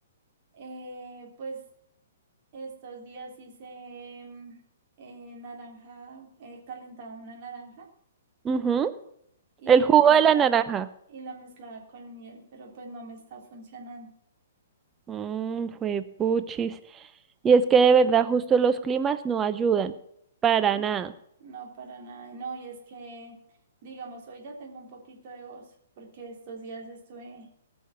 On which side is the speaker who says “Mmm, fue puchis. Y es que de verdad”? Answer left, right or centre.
Right